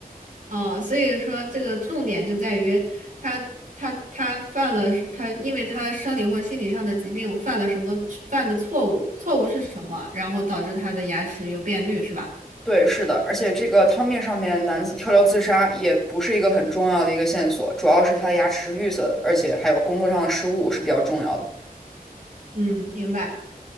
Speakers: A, on the right; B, in the centre.
A: 哦，所以说这个重点就在于他他他犯了是他，因为他生理或心理上的疾病犯了什么犯的错误，错误是什么，然后导致他的牙齿又变绿，是吧？
B: 对，是的，而且这个汤面上面男子跳楼自杀也不是一个很重要的一个线索，主要是他的牙齿是绿色的，而且还有工作上的失误是比较重要的。
A: 嗯，明白。